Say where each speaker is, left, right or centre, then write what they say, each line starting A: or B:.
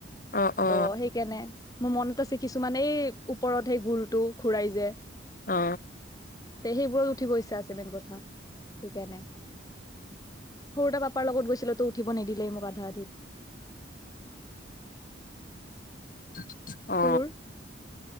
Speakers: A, on the left; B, on the left.
A: অ অ
B: ত সেইকাৰণে মোৰ মন। আছে কিছুমানে এই ওপৰত সেই গোলটো ঘুৰাই যে।
A: অ
B: দে সেইবোৰত উঠিব ইচ্ছা আছে মেইন কথা সেইকাৰনে, সৰুতো পাপাৰ লগত গৈছিলো, তো উঠিব নিদিলেই মোক আধা আধিত।
A: <inaudible> অ
B: তোৰ